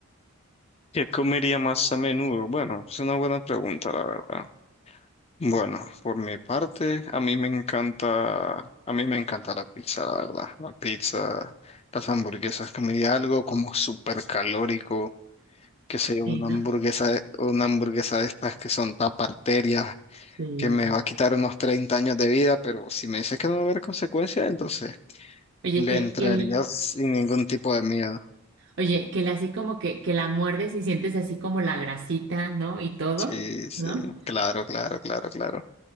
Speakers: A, on the left (about 25°); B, on the right (about 55°).
A: ¿Qué comería más a menudo? Bueno, es una buena pregunta, la verdad. Bueno, por mi parte, a mí me encanta, a mí me encanta la pizza, la verdad. La pizza, las hamburguesas, comería algo como súper calórico, que sea
B: Sí,
A: una
B: ¿no?
A: hamburguesa, una hamburguesa de estas que son taparterias
B: Sí.
A: que me va a quitar unos 30 años de vida, pero si me dices que no va a haber consecuencias, entonces
B: Oye,
A: le
B: que, el-
A: entrarías
B: que el-
A: sin ningún tipo de miedo.
B: Oye, que la, así como que, que la muerdes y sientes así como la grasita, ¿no? Y todo,
A: Sí, sí,
B: ¿no?
A: claro, claro, claro, claro.